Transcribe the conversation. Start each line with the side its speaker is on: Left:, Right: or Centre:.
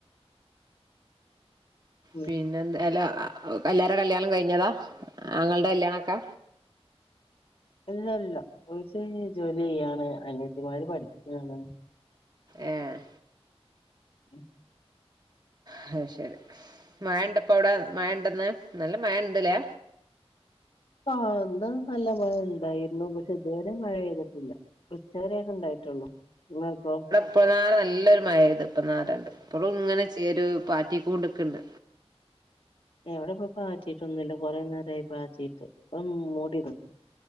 Left: ഉം
Right: പിന്നെ എന്താ അല്ല എല്ലാരെ കല്യാണം കഴിഞ്ഞതാ ആങ്ങൾണ്ടെ കല്യാണംക്കെ
Left: ഇല്ല ഇല്ലാ കോഴ്സ് കയിഞ്ഞ് ജോലി ചെയ്യാണ് അനത്തിമാര് പഠിക്കാണ്
Right: ഏഹ്
Left: ഉം
Right: അഹ് ശരി മഴ ഇണ്ടപ്പൊ അവ്ടെ മഴ ഇണ്ടന്ന് നല്ല മഴ ഇണ്ട്ല്ലേ
Left: ആഹ് ഇന്ന് നല്ല മഴ ഇണ്ടായിരുന്നു പക്ഷെ ഇത് വരെ മഴ പെയ്തിട്ടില്ല ഉച്ചവരെയൊക്കെ ഇണ്ടായിട്ടൊള്ളൂ ഇങ്ങൾക്കോ
Right: ഇപ്പന്നാരെ നല്ലൊരു മഴെയ്ത് ഇപ്പന്നാരാണ്ട് ഇപ്പളും ഇങ്ങനെ ച്ചെരു പാറ്റിക്കോണ്ട്ക്ക്ണ്ട്
Left: ഏ ഇവടെ ഇപ്പൊ പാറ്റിട്ടൊന്നുല്ല കൊറെ നേരായി പാറ്റിട്ട് പ്പം മൂടിനിക്ക